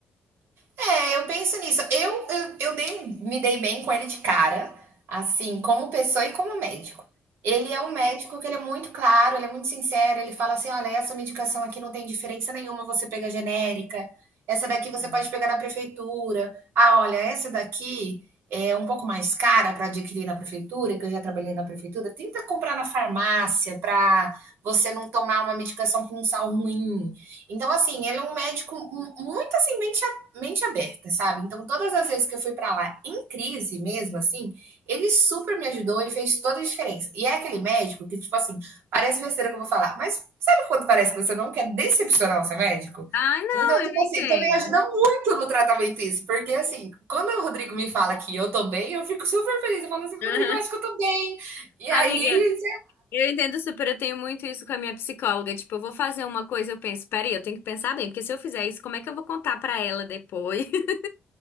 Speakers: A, on the right (about 85°); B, on the left (about 75°).
A: É, eu penso nisso. Eu, eu, eu dei- me dei bem com ele de cara, assim, como pessoa e como médico. Ele é um médico que ele é muito claro, ele é muito sincero, ele fala assim: olha, essa medicação aqui não tem diferença nenhuma, você pega genérica, essa daqui você
B: Uhum.
A: pode pegar na prefeitura. Ah, olha, essa daqui é um pouco mais cara para adquirir na prefeitura, que eu já trabalhei na prefeitura. Tenta comprar na farmácia para você não tomar uma medicação com sal ruim. Então, assim, ele é um médico mu- muito assim, bem mente aberta, sabe? Então, todas as vezes que eu fui para lá em crise mesmo, assim, ele super me ajudou e fez toda a diferença. E é aquele médico que, tipo assim, parece besteira que eu vou falar, mas sabe quando parece que você não quer decepcionar o seu médico?
B: Ai, não,
A: Então,
B: eu
A: tipo
B: entendo.
A: assim, também ajuda muito no tratamento isso, porque assim, quando o Rodrigo me fala que eu tô bem, eu fico super feliz. Eu falo assim, Rodrigo,
B: Aham.
A: eu acho que eu tô bem. E
B: Amiga,
A: aí,
B: eu entendo super, eu tenho muito isso com a minha psicóloga. Tipo, eu vou fazer uma coisa, eu penso, peraí, eu tenho que pensar bem, porque se eu fizer isso, como é que eu vou contar pra ela depois? <laughs>